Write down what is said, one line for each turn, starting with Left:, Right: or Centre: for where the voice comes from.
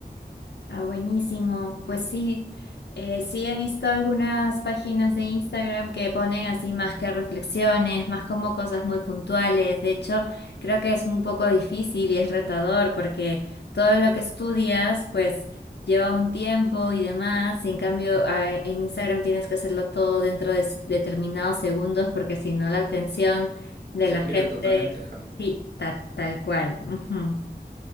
Left: Ah, buenísimo. Pues sí, eh, sí he visto algunas páginas de Instagram que ponen así más que reflexiones, más como cosas muy puntuales. De hecho, creo que es un poco difícil y es retador porque todo lo que estudias, pues lleva un tiempo y demás. Y en cambio, ah, e, en Instagram tienes que hacerlo todo dentro de s- determinados segundos porque si no la atención de
Right: Se
Left: la
Right: pierde
Left: gente,
Right: totalmente, ajá.
Left: sí, ta- tal cual. Ujú,